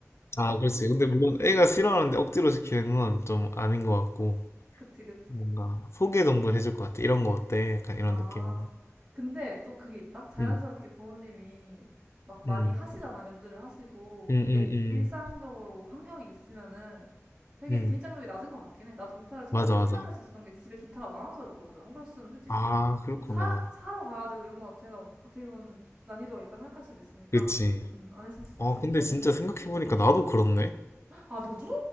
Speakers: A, on the left; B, on the right.
A: 아, 그렇지. 근데 물론 애가 싫어하는데 억지로 시키는 건 좀 아닌 것 같고,
B: <laughs> 그치 그치.
A: 뭔가 소개 정도 해줄 것 같아. 이런 거 어때? 약간 이런
B: 아,
A: 느낌으로.
B: 근데 또 그게 있다? 자연스럽게
A: 응,
B: 부모님이 막 많이
A: 응,
B: 하시잖아, 연주를 하시고.
A: 응, 응,
B: 그게
A: 응,
B: 일상적으로 환경에 있으면은 되게
A: 응.
B: 진입장벽이 낮은 것 같긴 해. 나도 기타를 처음에
A: 맞아,
B: 시작할
A: 맞아.
B: 수 있었던 게 집에 기타가 많아서였거든. 안 그랬으면 솔직히
A: 아,
B: 막
A: 그렇구나.
B: 사, 사러 가야 되고 이런 거 자체가 어- 어떻게 보면 난이도가 있다 생각할 수도 있으니까,
A: 그치.
B: 음, 안 했을 수도
A: 아,
B: 있을
A: 근데
B: 것
A: 진짜
B: 같아서.
A: 생각해보니까 나도 그렇네.
B: 아, 너도?